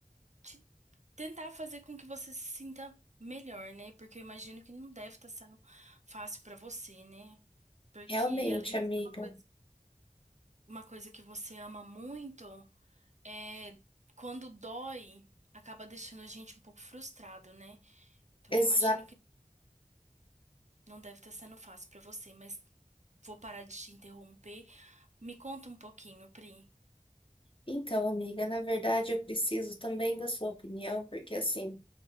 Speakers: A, on the right (about 55°); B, on the left (about 35°).
A: te- tentar fazer com que você se sinta melhor, né? Porque eu imagino que não deve estar sendo fácil pra você, né? Porque
B: realmente,
A: além
B: amiga.
A: de ser uma coisa, uma coisa que você ama muito, é quando dói, acaba deixando a gente um pouco frustrado, né? Então
B: Exato.
A: eu imagino que não deve estar sendo fácil pra você, mas vou parar de te interromper. Me conta um pouquinho, Pri.
B: Então, amiga, na verdade eu preciso também da sua opinião, porque assim,